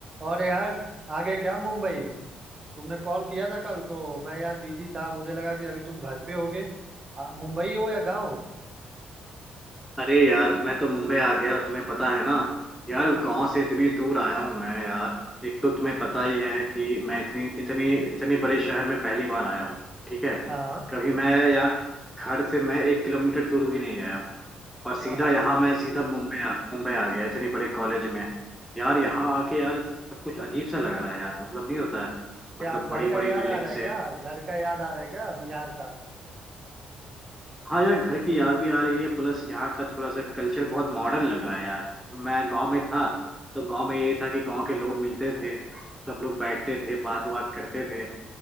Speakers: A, on the right; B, in the centre.
A: और यार आगे क्या मुंबई तुमने कॉल किया था कल तो मैं यार बिजी था मुझे लगा कि अभी तुम घर पे होगे आ, मुंबई हो या गांव
B: अरे यार मैं तो मुंबई आ गया तुम्हें पता है ना यार गांव से इतनी दूर आया हूँ मैं यार एक तो तुम्हें पता ही है कि मैं इतनी इतनी इतने बड़े शहर में पहली बार आया हूँ ठीक है
A: हाँ
B: कभी मैं यार घर से मैं एक किलोमीटर दूर भी नहीं गया हूँ और सीधा
A: हाँ हाँ
B: यहाँ मैं सीधा मुंबई आ, मुंबई आ गया इतने बड़े कॉलेज में यार यहाँ आके यार सब कुछ अजीब सा लग रहा है यार मतलब नहीं होता है
A: क्या
B: मतलब
A: घर
B: बड़ी बड़ी
A: का याद
B: बिल्डिंग्स
A: आ रहा है क्या घर का याद आ रहा है क्या बिहार का
B: हाँ यार घर की याद भी आ रही है प्लस यहाँ का थोड़ा सा कल्चर बहुत मॉडर्न लग रहा है यार मैं गांव में था तो गांव में ये था कि गांव के लोग मिलते थे सब लोग बैठते थे बात बात करते थे